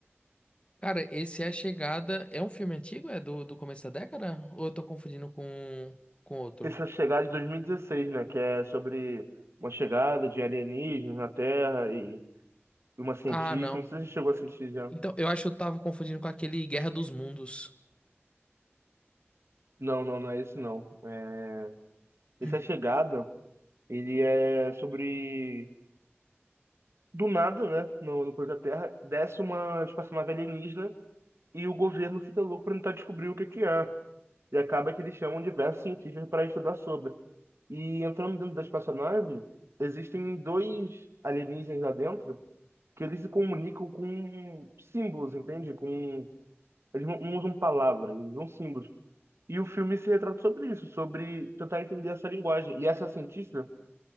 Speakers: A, on the left; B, on the right.
A: Cara, esse É a Chegada. É um filme antigo? É do, do começo da década? Ou eu tô confundindo com, com outro?
B: Essa chegada de 2016, né? Que é sobre uma chegada de alienígenas na Terra e uma cientista.
A: Ah, não.
B: Não sei se você chegou a assistir já.
A: Então, eu acho que eu tava confundindo com aquele Guerra dos Mundos.
B: Não, não, não é esse não. É, essa
A: <clears throat>
B: chegada, ele é sobre. Do nada, né? No, no planeta Terra, desce uma espaçonave alienígena e o governo fica louco pra tentar descobrir o que que é. E acaba que eles chamam diversos cientistas para estudar sobre. E entrando dentro da espaçonave, existem dois alienígenas lá dentro que eles se comunicam com símbolos, entende? Com... Eles não não usam palavras, eles usam símbolos. E o filme se retrata sobre isso, sobre tentar entender essa linguagem. E essa cientista,